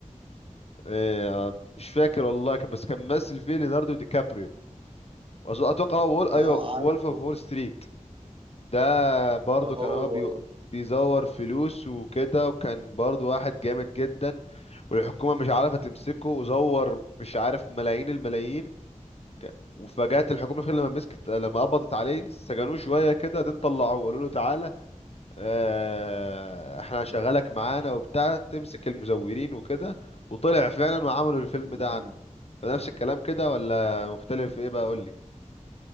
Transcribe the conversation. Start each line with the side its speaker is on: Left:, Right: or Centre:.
Left: آه مش فاكر والله كان- بس كان ممثل فيه ليوناردو دي كابريو وأظن- اتوقع هو وول
Right: اه
Left: ايوه وولف
Right: عارفه
Left: اوف وول ستريت ده برضو
Right: هو
Left: كان هو بي... بيزور فلوس وكده وكان برضو واحد جامد جدا والحكومة مش عارفة تمسكه وزور مش عارف ملايين الملايين ك- وفجأت الحكومة في لما مسكت لما قبضت عليه سجنوه شوية كده دين طلعوه وقالوا له تعالى آه، احنا هنشغلك معانا وبتاع تمسك المزورين وكده وطلع فعلا وعملوا الفيلم
Right: مم.
Left: ده عنه فنفس الكلام كده ولا مختلف ايه بقى قولي